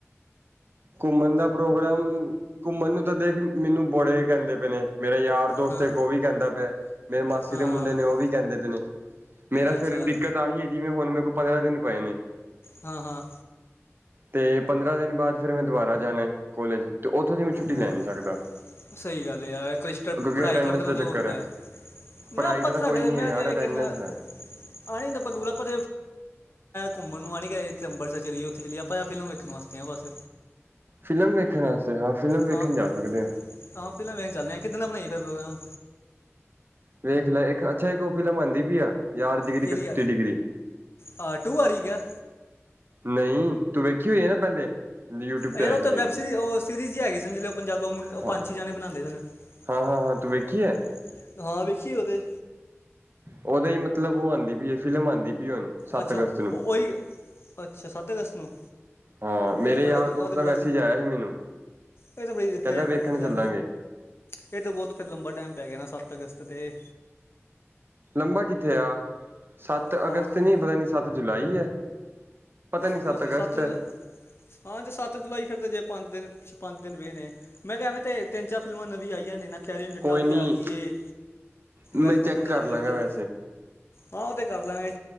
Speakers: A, on the right; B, on the left.
A: ਘੁੰਮਣ ਦਾ ਪ੍ਰੋਗਰਾਮ, ਘੁੰਮਣ ਨੂੰ ਤਾਂ ਦੇਖ ਮੈਨੂੰ ਬੜੇ ਕਹਿੰਦੇ ਪਏ ਨੇ, ਮੇਰੇ ਯਾਰ, ਦੋਸਤ
B: ਹਾਂ
A: ਆ ਇੱਕ ਉਹ ਵੀ ਕਹਿੰਦਾ ਪਿਆ, ਮੇਰੀ ਮਾਸੀ
B: ਹਾਂ
A: ਦੇ ਮੁੰਡੇ
B: ਹਾਂ
A: ਨੇ ਉਹ ਵੀ ਕਹਿੰਦੇ ਪਏ ਨੇ, ਮੇਰਾ
B: ਅੱਛਾ
A: ਫੇਰ ਦਿੱਕਤ ਆਹੀ ਆ ਜਿਵੇਂ ਹੁਣ ਮੇਰੇ ਕੋਲ਼ ਪੰਦਰਾਂ ਦਿਨ ਪਏ ਨੇ,
B: ਹਾਂ -ਹਾਂ
A: ਤੇ ਪੰਦਰਾਂ ਦਿਨ ਬਾਅਦ ਫੇਰ ਮੈਂ ਦੁਬਾਰਾ ਜਾਣਾ। ਕੋਲੇਜ ਤੇ ਉੱਥੋਂ ਦੀ ਮੈਂ ਛੁੱਟੀ
B: ਹਾਂ
A: ਲੈ ਨਈ ਸਕਦਾ।
B: ਸਹੀ ਗੱਲ ਏ ਯਾਰ, ਕਲਿਸਟਰ
A: ਕਿਉਂਕਿ
B: ਪੜ੍ਹਾਈ
A: ਅਟੈਂਡੈਂਸ
B: ਕਰ ਦੇਣਾ
A: ਦਾ
B: ਫਿਰ
A: ਚੱਕਰ
B: ਓ ਹੁੰਦਾ।
A: ਹੈ
B: ਮੈਂ
A: ਪੜ੍ਹਾਈ
B: ਆਪਾਂ
A: ਦਾ
B: ਤੇ
A: ਤਾਂ
B: ਸਾਡੇ
A: ਕੋਈ ਨਹੀਂ
B: ਮੈਂ
A: ਹੈ ਯਾਰ
B: ਤੇ
A: ਅਟੈਂਡੈਂਸ
B: ਕਿਹਿੰਨਾ
A: ਦਾ
B: ਆ ਨਹੀਂ ਹੁੰਦਾ ਆਪਾਂ ਦੂਰ ਆਪਾਂ ਘੁੰਮਣ ਨੂੰ ਆ ਨਹੀਂ ਕਹਿ ਰਿਹਾ ਇੱਥੇ ਅੰਮ੍ਰਿਤਸਰ ਚਲੀਏ ਉੱਥੇ ਚਲੀਏ ਆਪਾਂ ਫਿਲਮ ਵੇਖਣ ਵਾਸਤੇ ਆ ਬਸ
A: ਫਿਲਮ ਵੇਖਣ ਵਾਸਤੇ ਹਾਂ ਫਿਲਮ ਵੇਖਣ
B: ਹਾਂ ਫਿ-
A: ਜਾ ਸਕਦੇ ਹਾਂ।
B: ਹਾਂ ਫਿਲਮ ਵੇਖਣ ਚਲਦੇ ਆ, ਕਿੱਦਣ ਦਾ ਬਣਾਈਏ ਫੇਰ ਪ੍ਰੋਗਰਾਮ?
A: ਵੇਖ ਲੈ, ਅੱਛਾ ਇੱਕ ਉਹ ਫਿਲਮ ਆਉਂਦੀ ਪਈ ਆ ਯਾਰ ਡਿਗਰੀ,
B: ਕੇ
A: ਕਸੁੱਤੀ
B: ਲਈ
A: ਡਿਗਰੀ।
B: ਆ ਟੂ ਆ ਰਹੀ ਕਿਆ
A: ਨਈ ਤੂੰ ਵੇਖੀ ਹੋਈ ਨਾ ਪਹਿਲੇ ਯੂਟਿਊਬ
B: ਇਹ
A: ਤੇ
B: ਤਾਂ
A: ਆਈ
B: ਉਹ ਤਾਂ
A: ਸੀ ਜਿਹੜੀ
B: ਵੈਬ ਸੀਰੀ ਉਹ ਸੀਰੀਜ਼ ਹੀ ਹੈਗੀ ਸਨ ਜ ਪੰਜਾਬਾ ਮੁੰ ਉਹ
A: ਹਾਂ
B: ਪੰਜ ਛੇ ਜਾਣੇ ਬਣਾਂਦੇ ਸਨ, ਵੇਖੀ
A: ਹਾਂ ਹਾਂ ਹਾਂ ਤੂੰ ਹੈ
B: ਏ, ਹਾਂ ਵੇਖੀਏ ਉਹ ਤੇ।
A: ਉਹਦਾ ਈ ਮਤਲਬ ਉਹ ਆਉਂਦੀ ਪਈ ਆ ਫਿਲਮ ਆਂਦੀ ਪਈ ਹੁਣ। ਸੱਤ
B: ਅੱਛਾ
A: ਅਗਸਤ ਨੂੰ
B: ਉਹੀ, ਅੱਛਾ ਸੱਤ ਅਗਸਤ ਨੂੰ,
A: ਹਾਂ, ਮੇਰੇ
B: ਇਹ ਤਾਂ ਬੜਾ
A: ਯਾਰ
B: ਦੂ-
A: ਦੋਸਤ
B: ਆਹ ਤਾਂ
A: ਦਾ
B: ਬੜਾ
A: ਮੈਸੇਜ ਆਇਆ ਸੀ ਮੈਨੂੰ।
B: ਇਹ ਤਾਂ ਬੜੀ
A: ਕਹਿੰਦਾ
B: ਫੇਟ
A: ਵੇਖਣ
B: ਲ
A: ਚੱਲਾਂਗੇ
B: ਫੇਰ ਤਾਂ ਬਹੁਤ ਫੇਰ ਲੰਬਾ ਟਾਈਮ ਪੈ ਗਿਆ ਨਾ ਸੱਤ ਅਗਸਤ ਤੇ,
A: ਲੰਬਾ ਕਿੱਥੇ ਆ, ਸੱਤ
B: ਵਾਹ
A: ਅਗਸਤ ਨੀ, ਪਤਾ ਨੀ ਸੱਤ ਜੁਲਾਈ ਆ। ਪਤਾ ਨੀ,
B: ਅੱਛਾ
A: ਸੱਤ
B: ਸੀ
A: ਅਗਸਤ
B: ਜੁਲਾਈ ਹਾਂ ਜੇ ਸੱਤ ਜੁਲਾਈ, ਫਿਰ ਤਾਂ ਜੇ ਪੰਜ ਦਿਨ, ਪੰਜ ਦਿਨ ਪਏ ਨੇ। ਮੈਂ ਕਿਹਾਵੇਂ ਤੇ, ਤਿੰਨ ਚਾਰ ਫਿਲਮਾਂ ਨਵੀਂ ਆਈਆਂ ਨੇ ਨਾ ਕੈਰੀਨ ਚਿੱਟਾ
A: ਕੋਈ
B: ਵੀ
A: ਨੀ
B: ਆ ਗ, ਇਹ
A: ਮੈਂ
B: ਵੈਲਕਮ
A: ਚੈੱਕ
B: ਟੂ ਦ
A: ਕਰ
B: ਜੰਗਲ
A: ਲਾਂਗਾ
B: ਵੀ ਆਈ।
A: ਵੈਸੇ
B: ਆਹ ਉਹ ਤੇ ਕਰ ਲਾਂਗੇ,